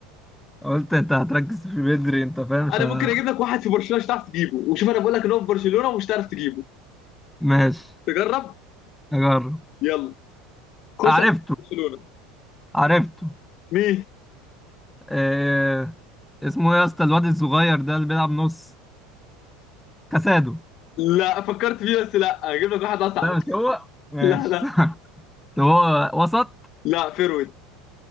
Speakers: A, in the centre; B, on the left (about 50°).
A: قلت أنت هتركز في بدري أنت فاهم مش
B: انا
A: ه...
B: ممكن اجيب لك واحد في برشلونة مش هتعرف تجيبه وشوف انا بقول لك ان هو في برشلونة ومش هتعرف تجيبه
A: ماشي
B: تجرب
A: أجرب
B: يلا خش
A: عرفته
B: على برشلونة
A: عرفته
B: مين
A: آه... اسمه إيه يا اسطى الواد الصغير ده اللي بيلعب نص كاسادو
B: لا فكرت فيه بس لا هجيب لك واحد اصعب
A: ده مش هو ماشي
B: لا لا
A: <laughs> صح طب هو وسط
B: لا فيرويد